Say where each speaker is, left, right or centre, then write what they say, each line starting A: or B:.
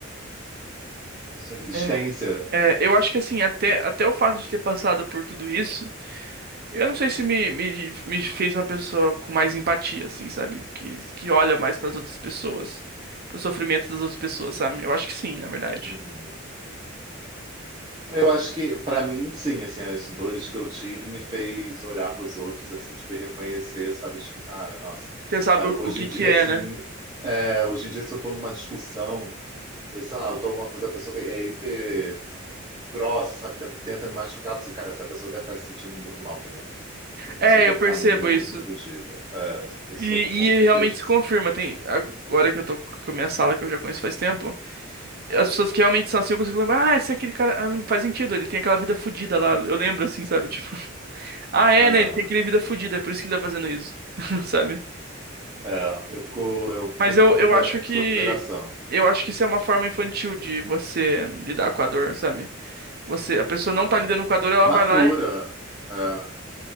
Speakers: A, on the right; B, on the right.
A: a sua existência.
B: É, é, eu acho que assim, até, até o fato de ter passado por tudo isso. Eu não sei se me, me, me fez uma pessoa com mais empatia, assim, sabe? Que, que olha mais para as outras pessoas, pro sofrimento das outras pessoas, sabe? Eu acho que sim, na verdade.
A: Uhum. Eu acho que, para mim, sim, assim, as dores que eu tive me fez olhar para os outros, assim, tipo, e reconhecer, sabe? Tipo, cara, nossa,
B: Você sabe
A: a-
B: o,
A: hoje
B: o que
A: em dia,
B: que é,
A: assim,
B: né?
A: é, hoje em dia, se eu estou numa discussão, eh, sei lá, eu tô alguma coisa, a pessoa tem- é hiper grossa, sabe? Tenta, tenta me machucar, eu falei, cara, essa pessoa deve estar se sentindo muito mal por dentro. Essa pessoa
B: É,
A: deve
B: eu percebo
A: estar muito
B: isso.
A: fodida. É, essa pessoa,
B: E,
A: com
B: e
A: certeza,
B: realmente
A: tipo
B: se
A: assim,
B: confirma. Tem, agora que eu tô com a minha sala, que eu já conheço faz tempo, as pessoas que realmente são assim, eu consigo lembrar, ah, esse é aquele cara, ah, faz sentido, ele tem aquela vida fudida lá. Eu lembro, assim, sabe? Tipo, ah, é,
A: é,
B: né? Ele tem aquele vida fudida, é por isso que ele tá fazendo isso, <laughs> sabe?
A: é, eu fico, eu fico
B: Mas
A: tentando
B: eu, eu
A: levar
B: acho
A: isso
B: que
A: em consideração.
B: eu acho que isso é uma forma infantil de você lidar com a dor, sabe? Você, a pessoa não
A: É,
B: tá lidando com a dor, ela
A: imatura.
B: vai lá e
A: é,